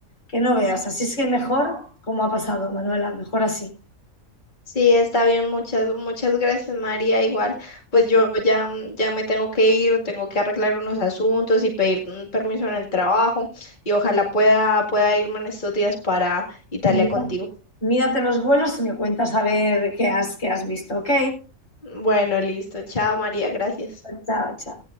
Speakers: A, on the left; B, on the left.
A: que no veas. Así es que mejor como ha pasado, Manuela, mejor así.
B: Sí, está bien. Muchas, muchas gracias, María. Igual, pues yo ya, mm, ya me tengo que ir, tengo que arreglar unos asuntos y pedir mm, permiso en el trabajo. Y ojalá pueda, pueda irme en estos días para Italia
A: Mira-
B: contigo.
A: mírate los vuelos y me cuentas a ver qué has, qué has visto, ¿ok?
B: Bueno, listo. Chao, María. Gracias.
A: Chao, chao.